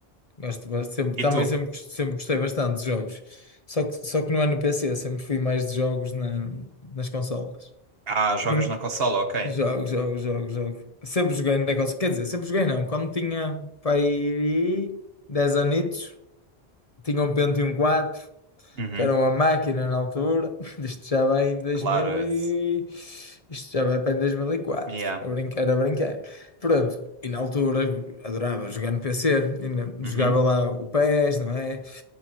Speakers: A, on the left (about 40°); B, on the right (about 70°).
A: Gosto, gosto sempre, também
B: E tu?
A: sempre, sempre gostei bastante de jogos. Só que, só que não é no PC, sempre fui mais de jogos na- nas consolas.
B: Ah, jogas
A: No,
B: na consola, ok.
A: jogo, jogo, jogo, jogo. Sempre joguei na consola. Quer dizer, sempre joguei não. Quando tinha para aí 10 anitos, tinha um Pentium quatro
B: Uhum,
A: que era uma máquina na altura. <laughs> Isto já vai em 2000
B: claro.
A: e...
B: it's-
A: Isto já vai para em 2004.
B: Yeah.
A: A brincar, a brincar. Pronto, e na altura adorava jogar no PC, e na-
B: Uhum.
A: jogava lá o PES, não é?